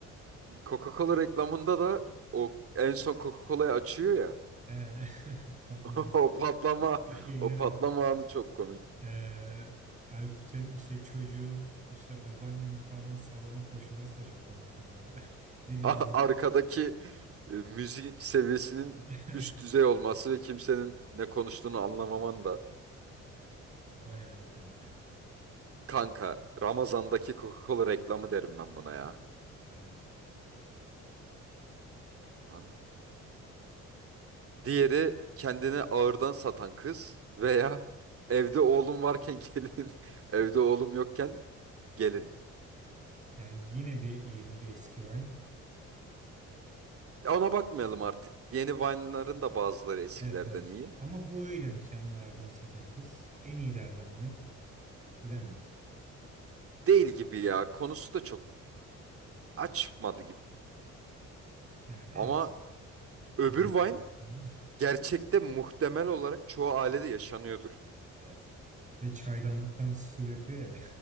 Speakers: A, on the right; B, on the right.
A: Coca-Cola reklamında da o en son Coca-Cola'yı açıyor ya.
B: Ee, <laughs> patlaması.
A: <laughs> O patlama,
B: Bu şeylerin
A: o patlama anı çok komik.
B: Ee, Aykut'un işte çocuğun işte babaannenin falan salona koşması da çok komik kanka. <laughs> Biri
A: A-
B: dizi
A: Arkadaki e, müzik seviyesinin
B: <laughs>
A: üst düzey olması ve kimsenin ne konuştuğunu anlamaman da.
B: O bayağı iyi kanka ya.
A: Kanka, Ramazan'daki Coca-Cola reklamı derim ben buna ya.
B: Ben de.
A: Lan. Diğeri kendini ağırdan satan kız veya evde oğlum varken <laughs> gelin, evde oğlum yokken gelin.
B: Yani yine bir yeni bir eski Vine.
A: Ya Ona bakmayalım artık. Yeni Vine'ların da bazıları eskilerden
B: Evet evet.
A: iyi.
B: Ama bu öyle mi kendini ağırdan satan kız? En iyilerden mi? Bilemedim.
A: Değil gibi ya. Konusu da çok açmadı gibi.
B: Yani evet.
A: Ama Öbür
B: Diğer taraftan-
A: Vine
B: <laughs>
A: gerçekte muhtemel olarak çoğu ailede yaşanıyordur.
B: Evet. Ve çaydanlıktan su döküyor ya.